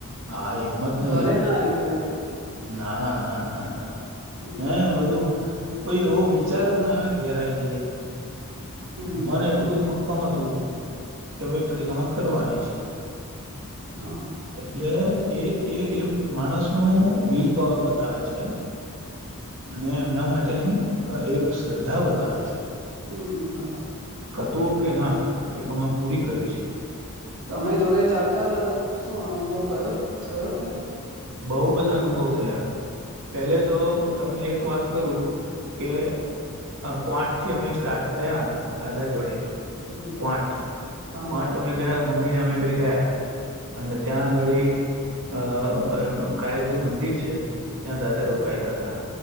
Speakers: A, on the right (about 60°); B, on the right (about 80°).
A: હા હિંમત નહી
B: ઘરે
A: હાર્યા
B: ના
A: દાદા
B: આઈ ગયા એમ મતલબ
A: ના, ના, ના, ના
B: હમ
A: હે બધું કોઈ એવો વિચાર જ ના આવે ઘેરાય જઈએ.
B: હમ
A: મન
B: બરાબર
A: એટલું બધું મક્કમ હતું કે ભાઈ પરિક્રમા કરવાની છે.
B: હા
A: એટલે એ એ એ માણસ નું વિલ પાવર બતાવે છે. અને એમના માટેની એક શ્રદ્ધા બતાવે છે.
B: હું બરાબર
A: તું કે ના પરિક્રમા પૂરી કરવી છે.
B: તમે જોડે ચાલતા હતા તો શું અનુભવ કયો થયો. કંઈ
A: બહુ બધા અનુભવ થયા,
B: હમ
A: પેલે તો તમને એક વાત કરું કે કો આઠ થી અમે સ્ટાર્ટ થયા દાદા જોડે
B: હમ
A: ક્વાટ
B: હા
A: ક્વાટ અમે ગયા મ મમ્મીને અમે બે ગયા અને ત્યાં આંગડી અ ગાયત્રી મંદિર છે ત્યાં દાદા
B: બરાબર
A: રોકાયેલા હતા